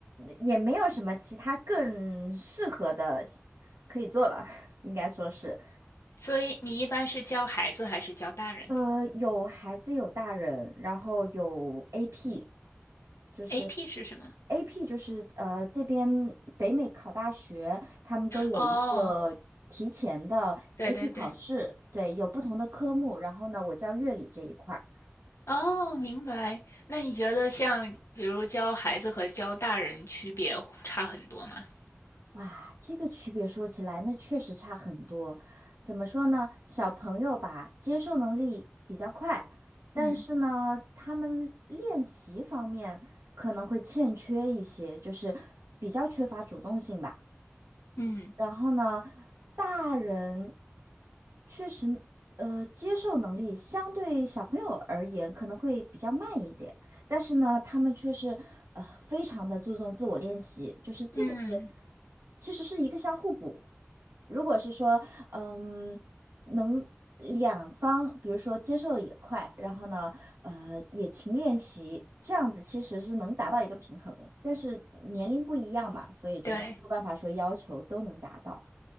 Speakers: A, on the right; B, on the left.
A: 也没有什么其他更适合的可以做了，<laughs> 应该说是，
B: 所以你一般是教孩子还是教大人
A: 呃，有孩子有大人，然后有 AP，就是
B: ？AP 是什么？
A: AP 就是呃这边北美考大学，他们都有一个提前的
B: 哦，对对对，
A: AP 考试，对，有不同的科目，然后呢，我教乐理这一块
B: 哦，明白。那你觉得像比如教孩子和教大人区别差很多吗？
A: 哇，这个区别说起来，那确实差很多。怎么说呢？小朋友吧，接受能力比较快，但是呢，
B: 嗯
A: 他们练习方面可能会欠缺一些，就是比较缺乏主动性吧。
B: 嗯
A: 然后呢，大人确实，呃，接受能力相对小朋友而言可能会比较慢一点，但是呢，他们却是呃非常的注重自我练习，就是这个是
B: 嗯，
A: 其实是一个相互补。如果是说，嗯。能两方，比如说接受也快，然后呢，呃，也勤练习，这样子其实是能达到一个平衡。但是年龄不一样嘛，所以就是没有办法说要求都能达到。
B: 对，